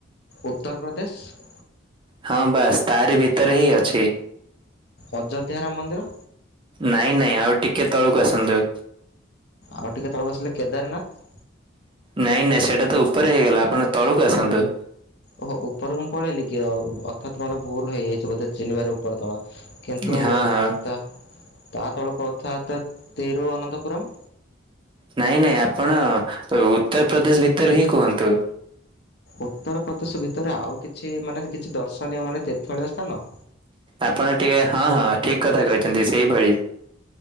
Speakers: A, on the left (about 55°); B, on the right (about 25°).
A: ଉତ୍ତରପ୍ରଦେଶ।
B: ହଁ ବାସ୍ ତାରି ଭିତରେ ହିଁ ଅଛି।
A: ଅଯୋଧ୍ୟା ରାମ ମନ୍ଦିର।
B: ନାଇଁ ନାଇଁ ଆଉ ଟିକେ ତଳକୁ ଆସନ୍ତୁ।
A: ଆଉ ଟିକେ ତଳକୁ ଆସିଲେ କେଦାରନାଥ।
B: ନାଇଁ ନାଇଁ ସେଇଟା ତ ଉପରେ ହେଇଗଲା ଆପଣ ତଳକୁ ଆସନ୍ତୁ।
A: ଓହୋ ଉପରକୁ ମୁଁ ପଳେଇଲି କି ଆଉ ଅର୍ଥାତ୍ ମୋର ଭୁଲ ହେଇଯାଇଛି ବୋଧେ ଚିହ୍ନିବାରେ ଉପର ତଳ। କିନ୍ତୁ
B: ହଁ ହଁ
A: ତା ତା ତଳକୁ ଅର୍ଥାତ୍ ତୀରୁଅନ୍ତପୁରମ୍।
B: ନାଇଁ ନାଇଁ ଆପଣ ଉତ୍ତରପ୍ରଦେଶ ଭିତରେ ହିଁ କୁହନ୍ତୁ।
A: ଉତ୍ତର ପ୍ରଦେଶ ଭିତରେ ଆଉ କିଛି ମାନେ କିଛି ଦର୍ଶନୀୟ ମାନେ ତୀର୍ଥଳୀୟ ସ୍ଥାନ।
B: ଆପଣ ଟିକେ ହଁ ହଁ ଠିକ୍ କଥା କହିଛନ୍ତି ସେଇଭଳି।